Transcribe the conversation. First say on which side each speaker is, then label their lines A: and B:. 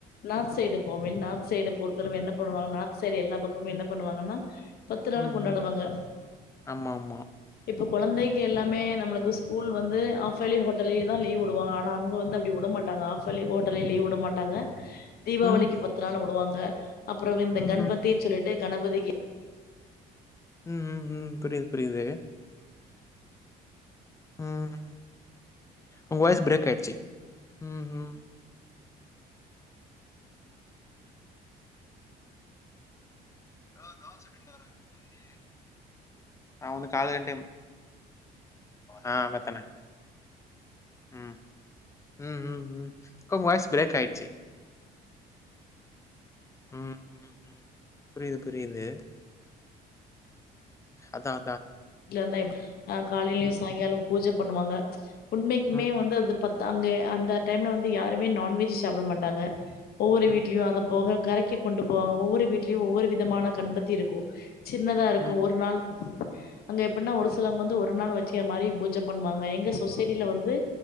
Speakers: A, on the left (about 65°); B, on the left (about 15°).
A: நார்த் சைடு போவே நார்த் சைடு பொ ருத்தளவு என்ன பண்ணுவாங்க நா சரி எல்லா பக்கமு
B: ம்
A: என்ன
B: ம்
A: பண்ணுவாங்கன்னா பத்து
B: ம்.
A: நாள் கொண்டாடுவாங்க
B: ம். ஆமா ஆமா
A: இப்ப கொழந்தைக்கு எல்லாமே நம்மளுக்கு ஸ்கூல் வந்து ஆஃப் இயர்லி குவார்ட்டர்லி தா லீவ் விடுவாங்க ஆனா அங்க வந்து அப்டி வுட மாட்டாங்க ஆஃப் இயர்லி குவார்ட்டர்லி லீவ் விட மாட்டாங்க தீபாவளிக்கு
B: ம்
A: பத்து நாள் வுடுவாங்க அப்புறோ இந்த
B: ம்
A: கண்பத்தின்னு
B: ம்
A: சொல்லிட்டு கணபதிக்கு
B: ம் ம் ம் புரியுது புரியுது ம் ம் உங்க வாய்ஸ் பிரேக் ஆய்ச்சி ம் ம் ஆ <unintelligible> எட்துன் வரே வந்தி ஆ அது காலைல எ டைம் ஆ பாத்தேனே ம் ம் ம் ம் அக்கா உங்க வாய்ஸ் பிரேக் ஆயிடுச்சு ம் ம் ம் புரியுது புரியுது அதா
A: <unintelligible> ஆ காலையிலயு சாயங்கால பூஜ பண்ணுவாங்க உண்மைக்குமே
B: ம்,
A: வந்து அது பத் அங்க அந்த டைம்ல வந்து யாருமே நான்வெஜ் சாப்ட மாட்டாங்க ஒவ்வொரு
B: ம்,
A: வீட்லயையு அதப் போக கரைக்க கொண்டு போவாங்க ஒவ்வொரு வீட்லயு ஒவ்வொரு விதமான கண்பத்தி இருக்கு சின்னதா இருக்கு
B: ம்,
A: ஒரு நாள் அங்க எப்டின்னா ஒரு சிலவங்க வந்து ஒரு நாள் வெச்சக்கிற மாதிரி பூஜ பண்ணுவாங்க எங்க சொசைட்டில வந்து